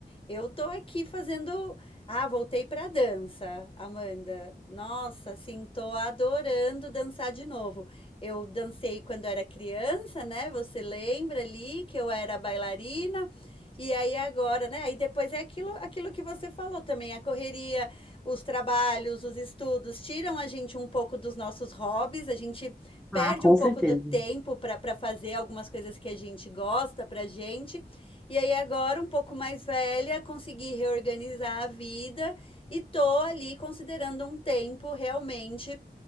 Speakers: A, on the left; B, in the centre.
A: Eu tô aqui fazendo. Ah, voltei pra dança, Amanda. Nossa, assim, tô adorando dançar de novo. Eu dancei quando era criança, né? Você lembra ali que eu era bailarina? E aí agora, né? Aí depois é aquilo, aquilo que você falou também, a correria, os trabalhos, os estudos tiram a gente um pouco dos nossos hobbies, a gente perde
B: Ah, com
A: um pouco
B: certeza.
A: do tempo para para fazer algumas coisas que a gente gosta pra gente. E aí agora, um pouco mais velha, consegui reorganizar a vida e tô ali considerando um tempo realmente